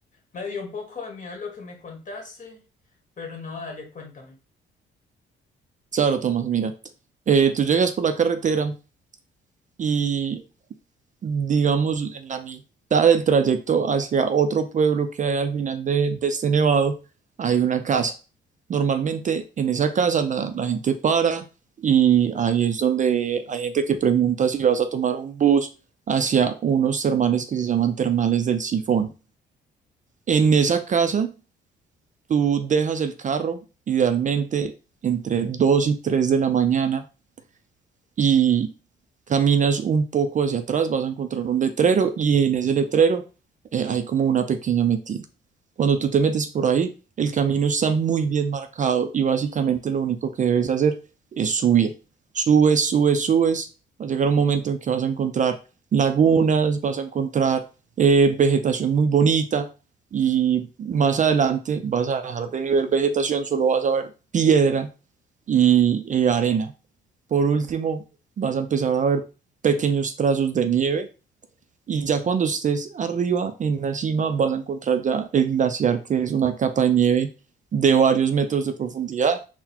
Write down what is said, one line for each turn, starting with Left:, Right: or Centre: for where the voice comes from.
Left: me dio un poco de miedo lo que me contaste, pero no, dale, cuéntame.
Right: Claro, Tomás, mira, eh, tú llegas por la carretera y digamos, en la mitad del trayecto hacia otro pueblo que hay al final de, de este nevado, hay una casa. Normalmente en esa casa la, la gente para y ahí es donde hay gente que pregunta si vas a tomar un bus hacia unos termales que se llaman termales del Sifón. En esa casa tú dejas el carro, idealmente entre 2 y 3 de la mañana, y caminas un poco hacia atrás, vas a encontrar un letrero y en ese letrero eh, hay como una pequeña metida. Cuando tú te metes por ahí, el camino está muy bien marcado y básicamente lo único que debes hacer es subir. Subes, subes, subes. Va a llegar un momento en que vas a encontrar lagunas, vas a encontrar eh, vegetación muy bonita y más adelante vas a dejar de ver vegetación, solo vas a ver piedra y eh, arena. Por último, vas a empezar a ver pequeños trazos de nieve y ya cuando estés arriba en la cima vas a encontrar ya el glaciar que es una capa de nieve de varios metros de profundidad